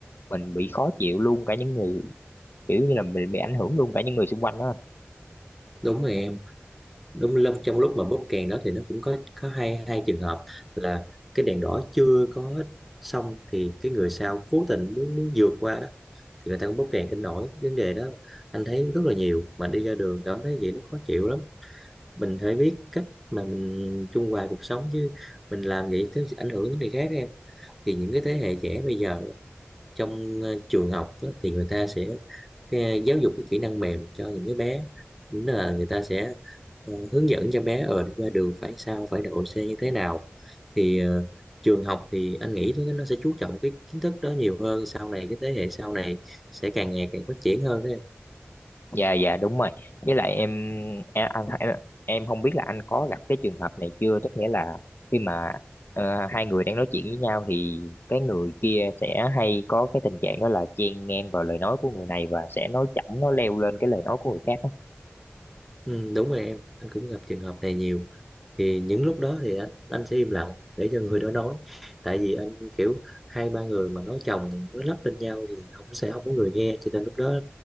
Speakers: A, on the left (about 55°); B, in the centre.
A: mình bị khó chịu luôn cả những người kiểu như là mình bị ảnh hưởng luôn cả những người xung quanh đó
B: đúng rồi em đúng lúc trong lúc mà bóp kèn đó thì nó cũng có có hai hai trường hợp là cái đèn đỏ chưa có xong thì cái người sau cố tình muốn muốn vượt qua đó thì người ta cũng bóp kèn kinh nổi vấn đề đó anh thấy rất là nhiều mà đi ra đường cảm thấy vậy nó khó chịu lắm mình phải biết cách mà mình trung hòa cuộc sống chứ mình làm vậy tới ảnh hưởng đến người khác em thì những cái thế hệ trẻ bây giờ trong ờ, trường học á, thì người ta sẽ cái, giáo dục cái kỹ năng mềm cho những cái bé Đúng là người ta sẽ ờ, hướng dẫn cho bé ở ra đường phải sao phải độ xe như thế nào thì ờ, trường học thì anh nghĩ nó sẽ chú trọng cái kiến thức đó nhiều hơn sau này cái thế hệ sau này sẽ càng ngày càng phát triển hơn đó em
A: dạ dạ đúng rồi với lại em em anh em, em không biết là anh có gặp cái trường hợp này chưa tức nghĩa là khi mà ờ, hai người đang nói chuyện với nhau thì cái người kia sẽ hay có cái tình trạng đó là chen ngang vào lời nói của người này và sẽ nói chỏng nó leo lên cái lời nói của người khác á.
B: ừ, đúng rồi em anh cũng gặp trường hợp này nhiều thì những lúc đó thì anh anh sẽ im lặng để cho người đó nói tại vì anh kiểu hai ba người mà nói chồng nói lắp lên nhau thì không sẽ không có người nghe cho nên lúc đó